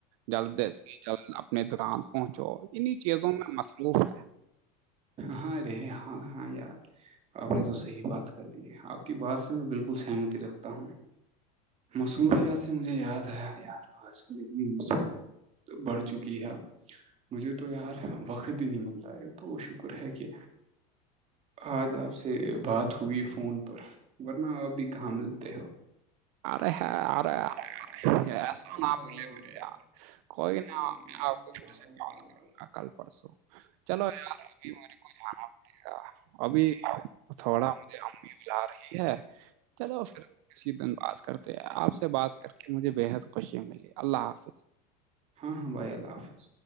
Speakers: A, on the right; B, on the right.
A: جلد سے جلد اپنے دکان پہنچو
B: اپنے
A: انہیں چیزوں میں مصروف ہے
B: ہاں ارے ہاں ہاں یار آپ نے تو صحیح بات کر دی ہے آپ کی بات سے میں بالکل سہمتی رکھتا ہوں مصروفیات سے مجھے یاد آیا یار آج کل اتنی مصروف بڑھ چکی ہے مجھے تو یار وقت ہی نہیں ملتا ہے تو شکر ہے کہ آج آپ سے بات ہو ہوی فون پر ورنہ آپ بھی کہا
A: ارے ہے ارے
B: ایسا
A: ایسانا
B: نہ
A: بول
B: بولے
A: کوئی
B: نہ
A: نا میں
B: آپ
A: آ کے
B: کو
A: پھر سےال
B: سے کال
A: کروں گا کل پرسوں چلو یار ابھی میرے کو جانا ابھی تھوڑا مجھے رہی ہے چلو پھر کسی دن بات کرتے آپ سے بات کر کے مجھے بےحد خوشی ملی اللہ حافظ
B: ہاں ہاں بھائی اللہ حافظ